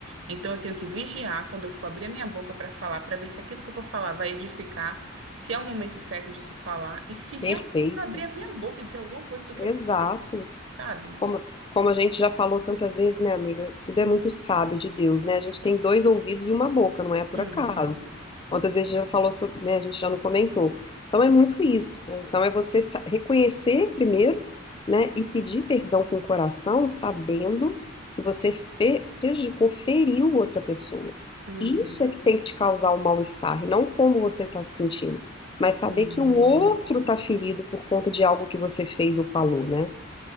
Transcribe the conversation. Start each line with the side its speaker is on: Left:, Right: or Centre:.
Right: então eu tenho que vigiar quando eu for abrir a minha boca para falar, para ver se aquilo que eu vou falar vai edificar, se é o momento certo de se falar e se realmente
Left: Perfeito.
Right: é para abrir a minha boca e dizer alguma coisa do que
Left: Exato.
Right: eu pensei, sabe?
Left: Como, como a gente já falou tantas vezes, né, amiga? Tudo é muito sábio de Deus, né? A gente tem dois ouvidos e uma boca, não é por
Right: Uhum,
Left: acaso. Quantas vezes a gente já falou sobre, né? A gente já não comentou. Então é muito isso, né? Então é você sa- reconhecer primeiro, né? E pedir perdão com o coração, sabendo que você fe- prejudicou, feriu outra pessoa.
Right: uhum,
Left: Isso é que tem que te causar o mal-estar, e não como você está se sentindo. Mas
Right: sim.
Left: saber que o outro está ferido por conta de algo que você fez ou falou, né?